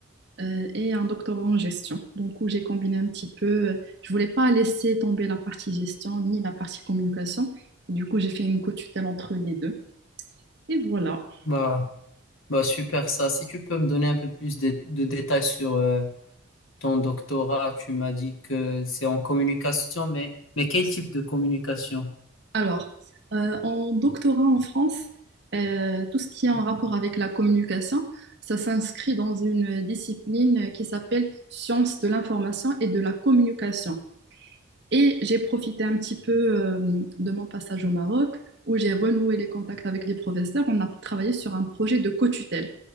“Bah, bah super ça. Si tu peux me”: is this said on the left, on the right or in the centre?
Left